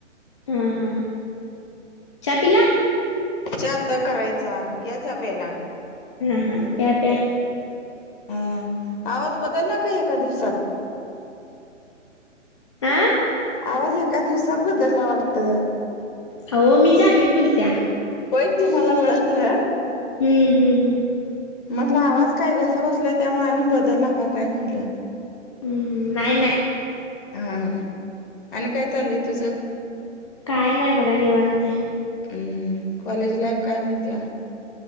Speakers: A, on the left; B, on the left.
A: हां, हां, चहा पिला?
B: चहा आता करायचा या चहा प्यायला.
A: हा, हा प्या, प्या.
B: हा, आवाज बदलला काय एका दिवसात?
A: आं.
B: आवाज एका दिवसात बद्दलला वाटतं.
A: हो, मी जानवी बोलत्या.
B: होय की, मला ओळखलं.
A: हम्म, हम्म, हम्म.
B: म्हणलं आवाज काय घसा बसलाय त्यामुळे आणि बदलला का काय म्हणलं.
A: हम्म, हम नाही नाही.
B: हा, हा, आणि काय चाललंय तुझं?
A: काय नाही बघा निवांत हाय.
B: हम्म, हम्म कॉलेज लाईफ काय म्हणत्या?